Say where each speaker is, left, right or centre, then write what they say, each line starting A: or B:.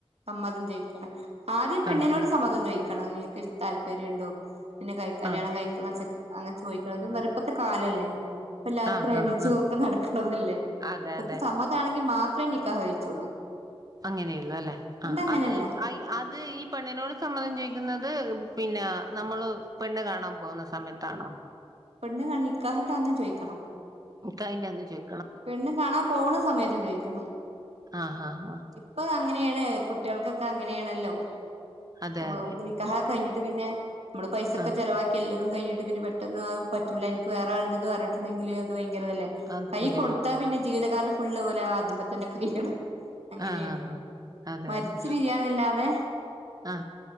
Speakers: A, on the right; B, on the right.
A: സമ്മതം ചോയിക്കണേ ആദ്യം പെണ്ണിനോട്
B: ആഹ്
A: സമ്മതം ചോയിക്കണം നിനക്ക് ഇഷ് താല്പര്യണ്ടോ പിന്നെ കയ് കല്യാണം
B: ആഹ്
A: കഴിക്കണം ച്ചെക്കെ അങ്ങനെ ചോയിക്കണത് നിറുപ്പത്തെ കാലല്ലേ ഇപ്പെല്ലാവരും
B: ആഹ്
A: പ്രേമിച്ചു
B: ആഹ് ആഹ്
A: ഒക്കെ നടക്കണതല്ലേ
B: അതെ
A: ഇപ്പക്ക്
B: അതെ
A: സമ്മതമാണെങ്കിൽ മാത്രേ നിക്കാഹഴിച്ചോള്ളൂ
B: അങ്ങനെയൊള്ളൂ അല്ലെ ആഹ്
A: അങ്ങനെയല്ല
B: അത് അയ് അത് ഈ പെണ്ണിനോട് സമ്മതം ചോയിക്കുന്നത് പിന്നാ നമ്മള് പെണ്ണ് കാണാൻ പോവുന്ന സമയത്താണോ
A: പെണ്ണ് കാണ്ണി നിക്കാഹിൻ്റെ അന്നും ചോയിക്കണം
B: നിക്കാഹിൻ്റെ അന്ന് ചോയ്
A: പെണ്ണും കാണാൻ പോവുണ സമയത്തും ചോയിക്കണം
B: ആ ആ ആ
A: ഇപ്പളാ- അങ്ങനെയാണ് കുട്ടിയൾക്കൊക്കെ അങ്ങനെയാണല്ലോ
B: അതെ
A: അപ്പോ
B: അതെ
A: നിക്കാഹൊക്കെ കഴിഞ്ഞിട്ട് പിന്നെ നമ്മള് പൈസൊക്കെ
B: ആ
A: ചെലവാക്കില്ലതും കഴി- പിന്നെ പെട്ടന്ന് അത് പറ്റൂല്ല എനിക്ക് വേറെ ആളിണ്ടെന്ന് പറഞ്ഞിട്ടുണ്ടെങ്കില് അത് പയങ്കരവല്ലേ
B: <unintelligible>
A: കൊടുത്താ പിന്നെ ജീവിതകാലം ഫുളള് പോലെ ആദ്യമതന്നെ കഴിയണം അങ്ങനെയാണ്
B: ആ ആ ആ അതെ
A: മരിച്ചു
B: അതെ
A: പിരിയാ എന്നല്ലാതെ
B: ആ